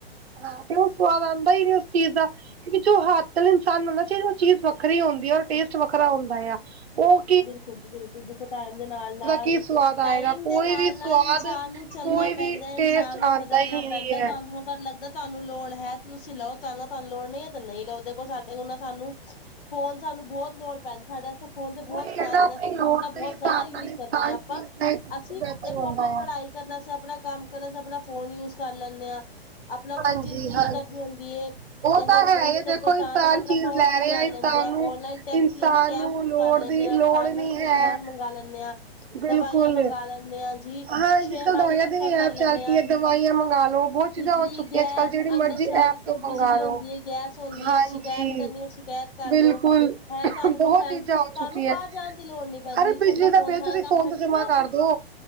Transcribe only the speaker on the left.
ਬਿਲਕੁਲ ਜੀ ਬਿਲਕੁਲ, ਦੇਖੋ ਟਾਈਮ ਦੇ ਨਾਲ-ਨਾਲ
ਟਾਈਮ
ਦੇ ਨਾਲ-ਨਾਲ
ਇਨਸਾਨ ਨੂੰ ਚੱਲਣਾ
ਪੈਂਦੈ, ਇਨਸਾਨ
ਨੂੰ
ਬਦਲਣਾ
ਪੈਂਦੈ। ਤੁਆਨੂੰ
ਪਰ ਲੱਗਦੈ ਤੁਆਨੂੰ ਲੋੜ ਹੈ ਤੁਸੀਂ ਲਓ, ਤੁਆਨੂੰ ਲੋ ਤੁਆਨੂੰ ਲੋੜ ਨਹੀਂ ਐ ਤੇ ਨਹੀਂ ਲਓ। ਦੇਖੋ ਸਾਡੇ ਕੋ ਨਾ ਸਾਨੂੰ ਫੋਨ ਸਾਨੂੰ ਬੌਤ ਲੋੜ ਪੈਂਦ ਸਾਡੇ ਅਸਤੇ ਫੋਨ ਤੇ
ਬੌਤ ਫਾਇਦੇ
ਨੇ, ਅਸੀਂ
ਫੋਨ ਦਾ
ਬਹੌਤ
ਜੈਦਾ ਯੂਸ
ਕਰਨੇ ਆਂ
ਅਪਾਂ,
ਅਸੀਂ
ਦੇਖੋ
ਅਪਣੀ
ਪੜ੍ਹਾਈ ਕਰਨ ਅਸਤੇ, ਅਪਣਾ ਕੰਮ ਕਰਨਾ ਅਸਤੇ, ਅਪਣਾ ਫੋਨ ਯੂਸ ਕਰ ਲੈਂਣੇ ਆਂ। ਅਪਣਾ ਕੋਈ
ਚੀਜ਼ ਠੀਕ
ਕਰਨੀ ਹੁੰਦੀ ਏ
ਜੈਸੇ
ਕੋਈ
ਡਿਜੀਟਲ
ਪਹਿਚਾਣ
ਪੱਤਰ
ਅਪਾਂ
ਓਹ ਠੀਕ
ਲੈਂਦੇ ਆਂ।
ਔਰ ਲਨ ਟੈਸੀ
ਯਾਨੀ ਕੈਬ
ਬੁੱਕ
ਕਰ ਲੈਣੇ
ਆ।
ਖਾਣ
ਵਸਤੇ ਕੁੱਛ
ਸਮਾਨ ਮੰਗਾ ਲੈਣੇ ਆਂ,
ਦਵਾਈਆਂ ਮੰਗਾ ਲੈਂਣੇ ਆਂ, ਜੀ।
ਸੌ਼ਅਰ
ਮਾਰਕੀਟਿੰਗ
ਚੈਕ
ਕਰ ਲੈਂਣੇ
ਆਂ।
ਬਿਜਲੀ
ਗੈਸ
ਅਨਯ
ਸਰ
ਜੋ
ਬਿਜਲੀ ਹੁੰਦੀ
ਏ, ਗੈਸ ਹੁੰਦੀ
ਏ, ਸ਼ਿਕੈਤ ਕਰਨੀ ਏ ਸ਼ਿਕੈਤ ਕਰ
ਦੋ। ਹੈ ਤਾਨੂੰ
ਪਸੰਦ,
ਤਾਨੂੰ
ਬਾਰ
ਰ ਜਾਣ ਦੀ ਲੋੜ ਨੀ ਪੈਂਦੀ
ਤੁਸੀਂ
ਅਪਣਾ
ਫੋਨ
ਤੇ
ਸਾਰਾ ਕੰਮ
ਕਰ
ਦੇੰਣੇ ਓ।